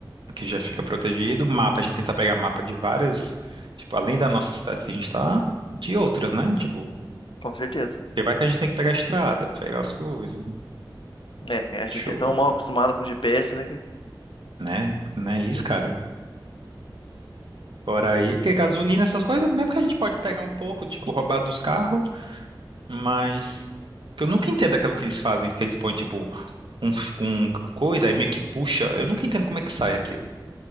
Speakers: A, on the right (about 70°); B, on the left (about 75°).
A: que já fica protegido.
B: Uhum.
A: Mapa, a gente tenta pegar mapa de várias, tipo, além da nossa cidade que a gente tá, de outras, né? Tipo,
B: Com certeza.
A: porque vai que a gente tem que pegar a estrada, pegar as coisas,
B: É, a gente
A: chuva,
B: é tão mal acostumado com GPS, né? cara?
A: né? Não é isso,
B: <laughs>
A: cara. Fora aí, porque gasolina, essas coisas, mesmo que a gente pode pegar um pouco, tipo, roubar dos carros, mas. que Eu nunca entendo aquilo que eles fazem, que eles põem, tipo. um, f- um coisa, aí meio que puxa. Eu nunca entendo como é que sai aquilo.